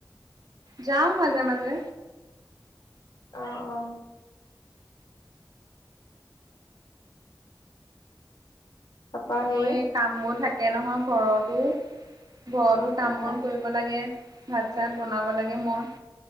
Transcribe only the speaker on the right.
যাওঁ মাজে মাজে।
আকৌ
এই কামবোৰ থাকে নহয় ঘৰতো। ঘৰতো
কাম-বন
কৰিব লাগে, ভাত চাত বনাব লাগে মই।